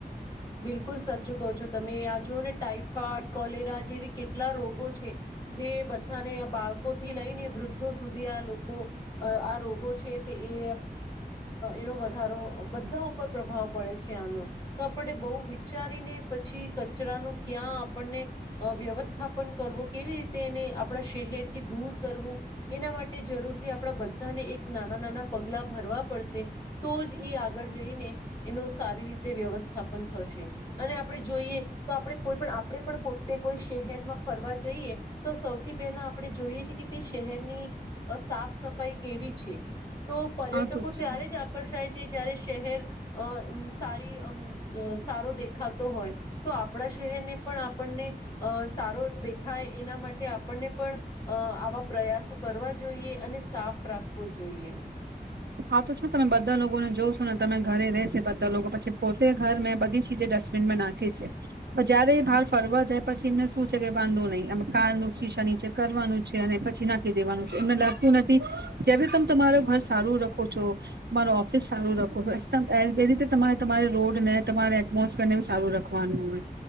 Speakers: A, on the left; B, on the right.
A: બિલકુલ સચું કહો છો તમે આ જુઓ ને ટાાઈફોઇડ કોલેરા જેવી કેટલા રોગો છે, જે બધાને બાળકોથી લઈને વૃદ્ધો સુધી આ લોકો, આ રોગો છે તે એ એનો વધારો બધા ઉપર પ્રભાવ પડે છે આનો. આપણે બહુ વિચારીને પછી કચરાનું ક્યાં આપણને, વ્યવસ્થાપન કરવું કેવી રીતે એને આપણા શહેરથી દૂર કરવું, એના માટે જરૂરથી આપણા બધાને એક નાના નાના પગલા ભરવા પડશે, તો જ એ આગળ જઈને, એનો સારી રીતે વ્યવસ્થાપ પણ થશે. અને આપણે જોઈએ તો આપણે કોઈ પણ આપણે પણ પોતે કોઈ શહેરમાં ફરવા જઈએ, તો સૌથી પહેલા આપણે જોઈએી કે તે શહેરની સાફ સફાઈ કેવી છે. તો પર્યટકો
B: આવતું છે
A: ત્યારે જ આકર્ષાય જયારે શહેર, અ સારી અ સારો દેખાતો હોય, તો આપણા શહેરને પણ આપણને, અ સારો દેખાય એના માટે આપણને પણ આવા પ્રયાસો કરવા જોઈએ અને સાફ રાખવો જોઈએ.
B: આવ તો ને તમે બધા લોકોને જો છો ને તમે ઘરે રશે બધા લોકો પછી પોતે ઘર મેં બધી ચીજે ડસ્ટબિનમાં નાખી છે, પણ જયારે એ બહાર ફરવા જાય પછી એમને શું છે કે બાંધો નહીં કાર ન શીશા નીચે કરવાનું છે અને પછી નાખી દેવાનું છે એમને લખતું નથી, જય્યારે તમે તમાર ઘર સારું ર છો, તમારો ઓફિસ સારું રાખો છો એ રીતે તમારે તમારે રોડને તમારે એટમોસફેરને બી સારું રખવાનું હોય.